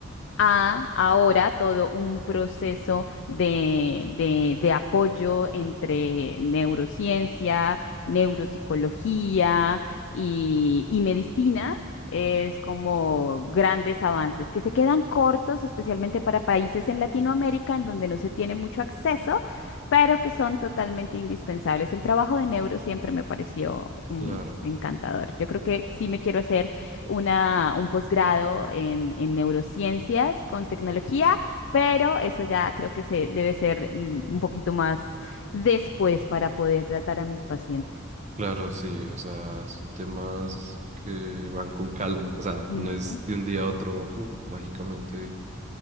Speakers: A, on the left; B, on the right.
A: a ahora todo un proceso de, de- de apoyo entre neurociencia, neuropsicología y, y medicina. Es como grandes avances que se quedan cortos, especialmente para países en Latinoamérica en donde no se tiene mucho acceso, pero que son totalmente indispensables. El trabajo de neuro siempre me pareció mm,
B: Claro,
A: encantador. Yo creo que sí me quiero hacer una, un posgrado en, en neurociencias con tecnología, pero eso ya creo que se debe ser mm, un poquito más después para poder tratar a mis pacientes.
B: claro, sí, o sea, son temas que van con calma, o sea,
A: Ujú.
B: no es de un día a otro, fu, mágicamente